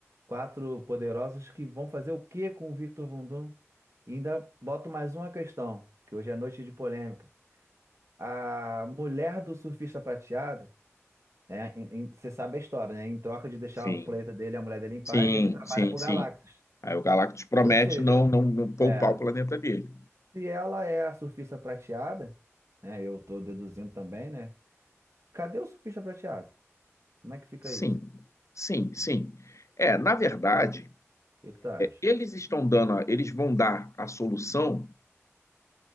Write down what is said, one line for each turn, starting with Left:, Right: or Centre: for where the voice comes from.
Right: quatro poderosos, que vão fazer o que com o Victor Von Doom? E ainda boto mais uma questão, que hoje é noite de polêmica. A mulher do surfista prateado, é, em- em- você sabe a história, né? Em troca de deixar
Left: sim,
Right: o planeta dele, a mulher dele em
Left: sim,
Right: paz, ele trabalha
Left: sim,
Right: pro
Left: sim.
Right: Galactus.
Left: Aí o Galactus promete
Right: Ou seja,
Left: não, não, não poupar
Right: é,
Left: o planeta dele.
Right: se ela é a surfista prateada, né? Eu tô deduzindo também, né? Cadê o surfista prateado? Como é que fica
Left: Sim,
Right: isso?
Left: sim, sim. É, na verdade,
Right: O que que tu acha?
Left: eles estão dando, a- eles vão dar a solução